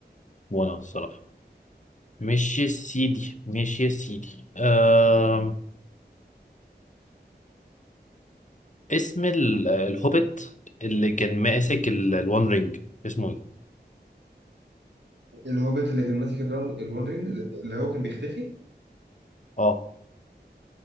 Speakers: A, on the left (about 45°); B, on the right (about 80°).
A: وانا الصراحه ماشي يا سيدي ماشي يا سيدي أم... اسم ال- الهوبيت اللي كان ماسك ال- الوان رينج اسمه ايه
B: الهوبيت اللي كان ماسك الراون- الون رينج اللي هو كان بيختفي
A: اه